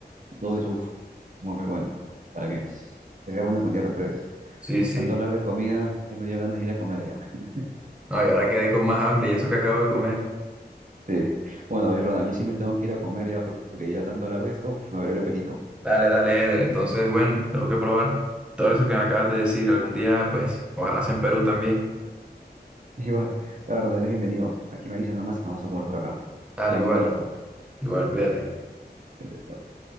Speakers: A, on the right; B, in the centre.
A: Todo eso, uf, muy bueno. ¿Para qué? Sería bueno que un día lo pruebes.
B: Sí, sí.
A: Tanto hablar de comida, ya me dio ganas de ir a comer ya. <laughs>
B: No, y ahora quedé con más hambre y eso que acabo de comer.
A: Sí. Bueno, oye, Ronald, yo sí me tengo que ir a comer ya por- porque ya tanto hablar de esto, uf, me abrió el apetito.
B: Dale, dale, Eder. Entonces, bueno, tengo que probar todo eso que me acabas de decir. Algún día, pues, ojalá sea en Perú también.
A: <laughs> Y bueno, Ronald, eres bienvenido. Aquí me avisas nada más y vamos a comer por acá.
B: Dale,
A: Mando
B: igual,
A: un abrazo.
B: igual, cuídate.
A: <laughs>